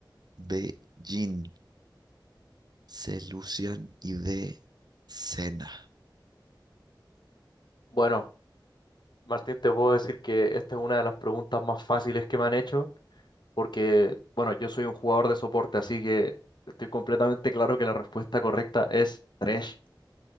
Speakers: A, on the right; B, on the left.
A: B. Jin, C. Lucian y D. Cena.
B: Bueno, Martín, te puedo decir que esta es una de las preguntas más fáciles que me han hecho, porque, bueno, yo soy un jugador de soporte, así que estoy completamente claro que la respuesta correcta es Thresh,